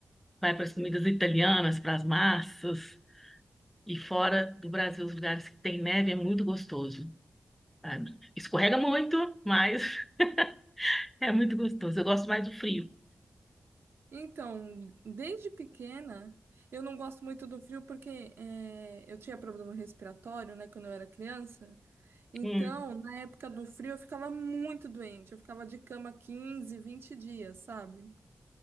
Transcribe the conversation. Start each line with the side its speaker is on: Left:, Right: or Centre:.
Centre: vai para as comidas italianas, para as massas. E fora do Brasil, os lugares que tem neve é muito gostoso, sabe? Escorrega muito, mas <laughs> é muito gostoso. Eu gosto mais do frio.
Right: Então, desde pequena, eu não gosto muito do frio porque é, eu tinha problema respiratório, né, quando eu era criança. Então,
Centre: Hum,
Right: na época do frio, eu ficava muito doente. Eu ficava de cama 15, 20 dias, sabe?